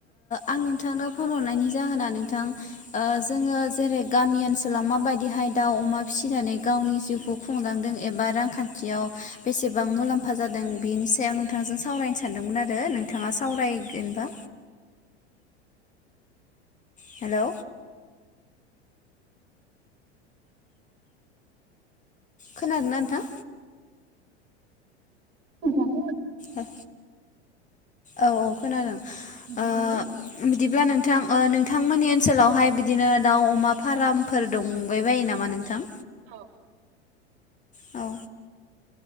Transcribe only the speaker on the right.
ज <unintelligible>
नोंथां?
औ